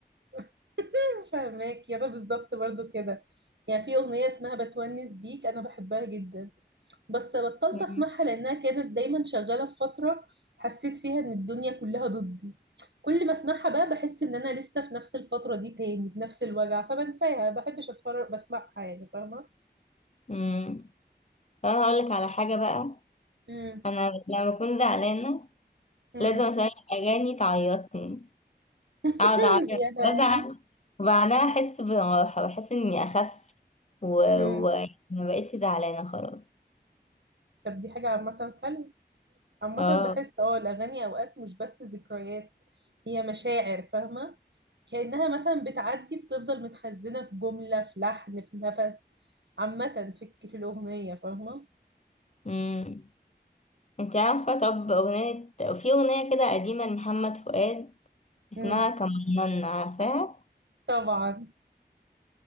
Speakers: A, on the right; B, on the left.
A: <laughs> فاهماك يابا بالظبط برضو كده يعني في اغنية اسمها بتونس بيك انا بحبها جدا بس بطلت
B: مم.
A: اسمعها لانها كانت دايما شغالة في فترة حسيت فيها ان الدنيا كلها ضدي كل ما اسمعها بقى بحس ان انا لسه في نفس الفترة دي تاني بنفس الوجع فبنساها ما بحبش اتفرج بسمعها يعني فاهمة
B: امم طب انا هقولك على حاجه بقى
A: امم
B: انا لما بكون زعلانه
A: امم
B: لازم اشغل اغاني تعيطني
A: <laughs>
B: اقعد اعيط
A: زيادة
B: وازعل
A: يعني
B: وبعدها احس براحه بحس اني اخف و...
A: امم
B: و... ما بقتش زعلانه خلاص
A: طب دي حاجة عامة حلوة عامة
B: اه
A: بحس اه الأغاني أوقات مش بس ذكريات هي مشاعر فاهمة كأنها مثلا بتعدي بتفضل متخزنة في جملة في لحن في نفس عامة في في الأغنية فاهمة
B: امم انت عارفة طب أغنية في أغنية كده قديمة لمحمد فؤاد اسمها
A: امم
B: كمنان عارفاها
A: طبعا